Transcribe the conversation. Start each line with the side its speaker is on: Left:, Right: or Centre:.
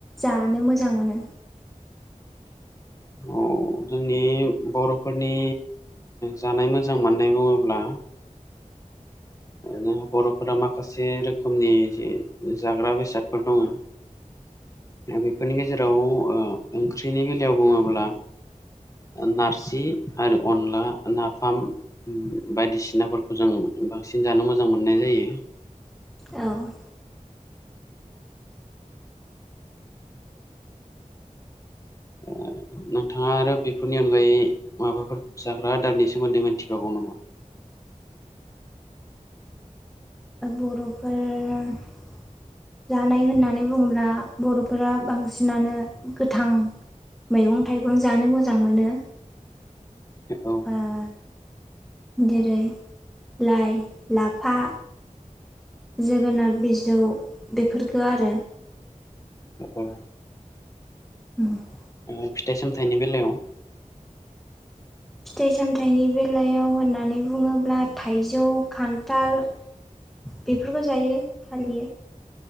Centre: जानो मोजां मोनो
Left: औ जोंनि बर'फोरनि जानाय मोजां मोननाय बुङोब्ला जोंहा बर'फोरा माखासे रोखोमनि जि जाग्रा बेसादफोर दङ
Centre: <inaudible>
Left: दा बेफोरनि गेजेराव ओंख्रिनि बेलायाव बुङोब्ला नारजि आरो अनला नाफाम बायदिसिनाफोरखौ जों बांसिन जानो मोजां मोननाय जायो
Centre: औ
Left: ओ नोंथाङा आरो बेफोरनि अनगायै माबाफोर जाग्रा आदारनि सोमोन्दै मोनथिबावगौ नामा?
Centre: बर'फोर जानाय होननानै बुङोब्ला बर'फोरा बांसिनानो गोथां। मैगं थाइगं जानो मोजां मोनो।
Left: औ
Centre: ओ जेरै लाइ लाफा। जोगोनार बिजौ बेफोरफोरखो आरो।
Left: औ औ
Centre: <inaudible>
Left: ओ फिथाइ सामथाइनि बेलायाव
Centre: फिथाइ सामथाइनि बेलायाव होननानै बुङोब्ला थाइजौ खान्थाल। बेफोरबो जायो थालिर।